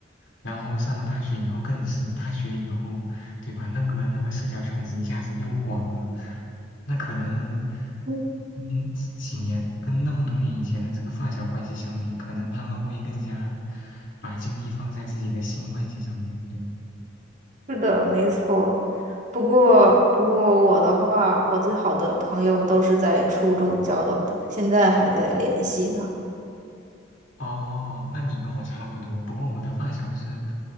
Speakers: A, on the left; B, on the right.
A: 然后上了大学以后更是，大学以后，对吧？那个那个社交圈子一下子又广了，那可能，
B: 嗯
A: 嗯，几几年跟那么多年以前的这个发小关系相比，可能他们会更加把精力放在自己的新关系上面。对。
B: 是的，没错。不过不过我的话，我最好的朋友都是在初中交到的，现在还在联系呢。
A: 哦，那你跟我差不多，不过我的发小是，